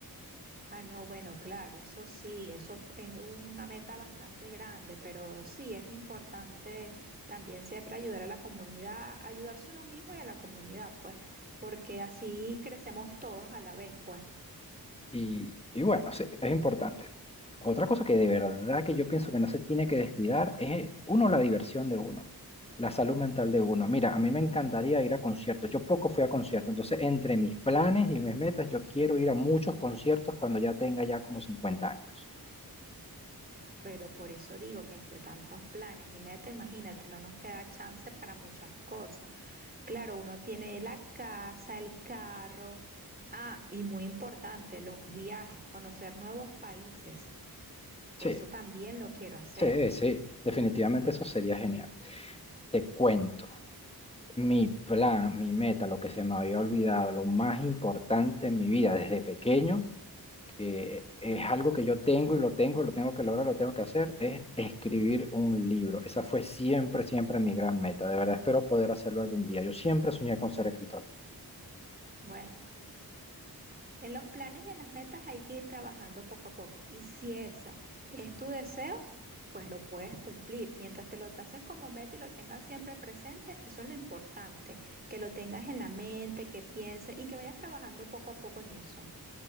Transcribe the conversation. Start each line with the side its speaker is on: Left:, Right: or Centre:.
Right: Ah, no, bueno, claro, eso sí, eso es una meta bastante grande, pero sí, es importante también siempre ayudar a la comunidad, ayudarse a uno mismo y a la comunidad, pues, porque así crecemos todos a la vez, pues.
Left: Y, y bueno, sí, es importante. Otra cosa que de verdad que yo pienso que no se tiene que descuidar es, uno, la diversión de uno, la salud mental de uno. Mira, a mí me encantaría ir a conciertos, yo poco fui a conciertos, entonces entre mis planes y mis metas, yo quiero ir a muchos conciertos cuando ya tenga ya como 50 años.
Right: Pero por eso digo que entre tantos planes y metas, imagínate, no nos queda chance para muchas cosas. Claro, uno tiene la casa, el carro, ah, y muy importante, los viajes, conocer nuevos países,
Left: Sí,
Right: eso también lo quiero hacer.
Left: Sí, sí, definitivamente eso sería genial. Te cuento, mi plan, mi meta, lo que se me había olvidado, lo más importante en mi vida desde pequeño, que es algo que yo tengo y lo tengo, lo tengo que lograr, lo tengo que hacer, es escribir un libro. Esa fue siempre, siempre mi gran meta. De verdad, espero poder hacerlo algún día. Yo siempre soñé con ser escritor.
Right: Bueno. En los planes y en las metas hay que ir trabajando poco a poco. Y si esa es tu deseo, pues lo puedes cumplir. Mientras te lo traces como meta y lo tengas siempre presente, eso es lo importante, que lo tengas en la mente, que pienses y que vayas trabajando poco a poco en eso.